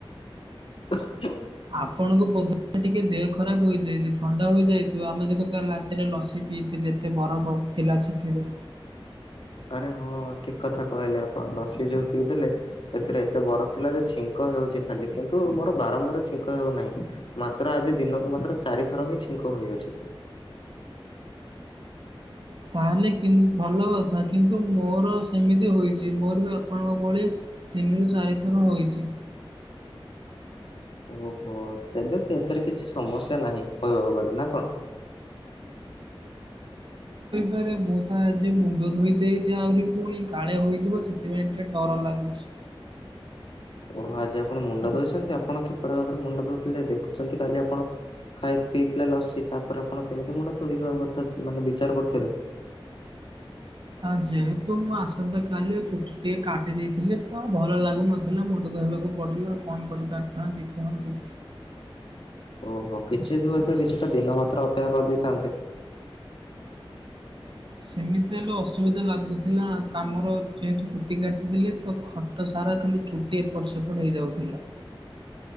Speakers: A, on the left; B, on the right.
A: <unintelligible>
B: ଆପଣଙ୍କୁ ବୋଧ ଟିକେ ଦେହ ଖରାପ ହୋଇଯାଇଛି ଥଣ୍ଡା ହୋଇଯାଇଥିବ ଆମେ ଯେହେତୁ କାଲି ରାତିରେ ଲସି ପିଇଥି ଲେ ଏତେ ବରଫ ଥିଲା ସେଥିରେ।
A: ଆରେ ହଁ ଠିକ କଥା କହିଲେ ଆପଣ ଲସି ଯୋଉ ପିଇଦେଲେ ସେଥିରେ ଏତେ ବରଫ ଥିଲା ଯେ ଛିଙ୍କ ହେଉଛି ଖାଲି କିନ୍ତୁ ମୋର ବାରମ୍ବାର ଛିଙ୍କ ହେଉନାହିଁ ମାତ୍ର ଆଜି ଦିନକୁ ମାତ୍ର ଚାରି ଥର ହିଁ ଛିଙ୍କ କ ହୋଇଅଛି।
B: ତାହେଲେ କି ଭଲ କଥା କିନ୍ତୁ ମୋର ସେମିତି ହୋଇଛି ମୋର ବି ଆପଣଙ୍କ ଭଳି। ତିନିରୁ ଚାରି ଥର ହୋଇଛି।
A: ଓହୋ ତେବେ କି ଏଥିରେ କିଛି ସମସ୍ୟା ନାହିଁ କହିବାକୁ ଗଲେ ନା କଣ। <inaudible>
B: ପାରେ ମୁଁ ତ ଆଜି ମୁଣ୍ଡ ଧୋଇ ଦେଇଛି ଆହୁରି ପୁଣି କାଳେ ହୋଇଯିବ ସେଥିପାଇଁ ଟିକେ ଡର ଲାଗୁଛି।
A: <inaudible> ଓହୋ ଆଜି ଆପଣ ମୁଣ୍ଡ ଧୋଇଛନ୍ତି ଆପଣ କିପରି ଭାବରେ ମୁଣ୍ଡ ଧୋଉଥିଲେ ଦେଖୁଛନ୍ତି କାଲି ଆପଣ। ଖାଇ ପିଇଥିଲେ ଲସି ତାପରେ ଆପଣ କେମିତି ମୁଣ୍ଡ ଧୋଇବା କଥା ମାନେ ବିଚାର କରୁଥିଲେ। <inaudible>
B: ଆ ଯେହେତୁ ମୁଁ ଆସନ୍ତା କାଲି ଚୁଟି ଟିକେ କାଟି ଦେଇଥିଲି ତ ଭଲ ଲାଗୁନଥିଲା ମୁଣ୍ଡ ଧୋଇବାକୁ ପଡ଼ିଲା ଆଉ କଣ କରିପାରିଥାନ୍ତି କୁହନ୍ତୁ।
A: <inaudible> ଓହୋ କିଛି ତ ମାତ୍ର କିଛିଟା ଦିନ ମାତ୍ର ଅପେକ୍ଷା କରିଦେଇଥାନ୍ତେ।
B: ସେମିତି ହେଲେ ଅସୁବିଧା ଲାଗୁଥିଲା କାମର ଯେହେତୁ ଚୁଟି କାଟିଥିଲେ ତ ଖଟ ସ ସାରା ଖାଲି ଚୁଟି ଏପଟ ସେପଟ ହେଇଯାଉଥିଲା।